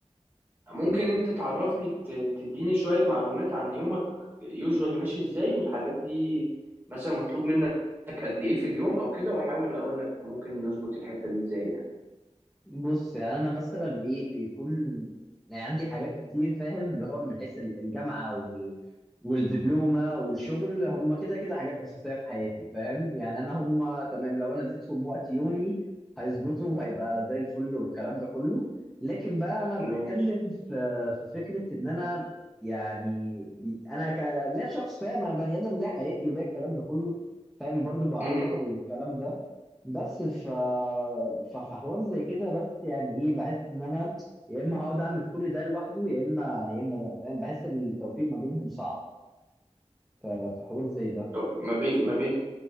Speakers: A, on the right (about 20°); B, in the centre.
A: ممكن انت تعرفني ت- تديني شويه معلومات عن يومك يوجوالي ماشي ازاي والحاجات دي مثلا مطلوب منك قد ايه في اليوم او كده واحاول اقول لك ممكن نظبط الحته دي ازاي يعني
B: بص يعني انا مثلا ايه بيكون يعني عندي حاجات كتير فاهم اللي هو من حيث ال- الجامعه وال والدبلومه والشغل هم كده كده حاجات اساسيه في حياتي فاهم يعني انا هم تمام لو انا اديتهم وقت يومي هيظبطوا وهيبقى زي الفل والكلام ده كله لكن بقى انا بتكلم
A: <clears throat> ماشي
B: في في فكره ان انا يعني بي انا ك... لا شخص فاهم انا بني ادم ليا حياتي وليا الكلام ده كله فاهم برضو بعوز
A: مم.
B: اخرج والكلام ده بس ف... ف... فحوار زي كده بس يعني ايه بحس ان انا يا اما هقعد اعمل كل ده لوحده يا اما يا اما ده فاهم بحس التوفيق ما بينهم صعب ف... في حوار زي ده
A: ما بين ما بين